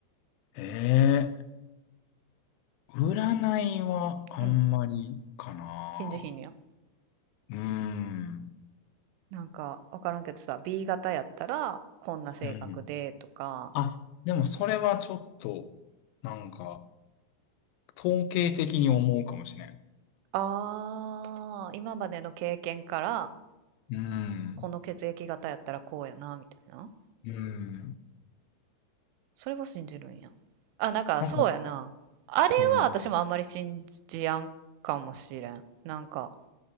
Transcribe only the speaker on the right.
うん。信じひんのや。
なんかわからんけどさ、B 型やったらこんな性格でとか、
あー、今までの経験から、
この血液型やったらこうやな、みたいな。
それは信じるんや。あ、なんか、
そうやな。あれは私もあんまり信じやんかもしれん。
なんか、